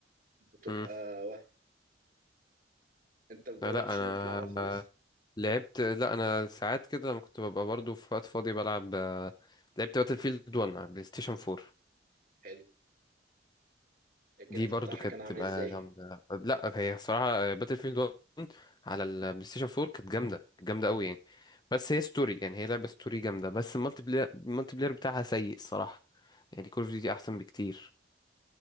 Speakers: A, on the right; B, on the left.
A: بتبقى
B: مم.
A: وهم انت مجربتش
B: لا لا، انا
A: انك تلعبها خالص
B: آه، لعبت لا انا ساعات كده لما كنت ببقى برضو في وقت فاضي بلعب آه، لعبت باتل فيلد 1 على بلاي ستيشن 4
A: حلو الجرافيك
B: دي برضو
A: بتاعها
B: كانت
A: كان عامل
B: تبقى
A: ازاي
B: جامدة لا هي الصراحة باتل فيلد 1 على البلاي ستيشن 4 كانت جامدة كانت جامدة قوي يعني بس هي ستوري يعني هي لعبة ستوري جامدة بس المالتي بلاير المالتي بلاير بتاعها سيء الصراحة يعني كول اوف ديوتي أحسن بكتير